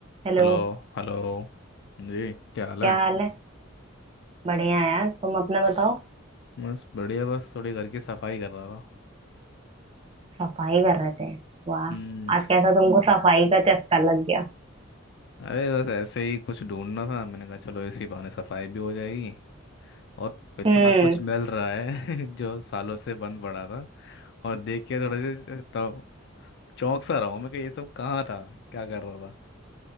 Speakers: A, on the right; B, on the left.
A: हेलो
B: Hello Hello जी क्या हाल
A: क्या
B: है
A: हाल है बढ़िया है यार तुम अपना बताओ
B: बस बढ़िया बस थोड़ी घर की सफाई कर रहा था
A: सफाई कर रहे थे वाह
B: हम्म
A: आज कैसा तुमको सफाई का चस्का लग गया
B: अरे बस ऐसे ही कुछ ढूंढना था मैंने कहा चलो इसी बहाने सफाई भी हो जाएगी और इतना
A: हम्म
B: कुछ मिल रहा है <laughs> जो सालों से बंद पड़ा था और देख के थोड़े से तो चौंक सा रहा हूँ मैं कि ये सब कहाँ था क्या कर रहा था